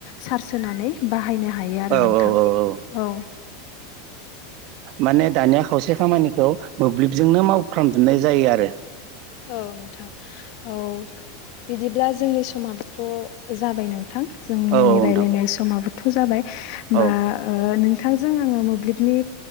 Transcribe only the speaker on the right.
औ औ
माने दानिया खावसे खामानिखौ मोब्लिबजोंनो मावफ्रामजोबनाय जायो आरो
औ
नोंथां
औ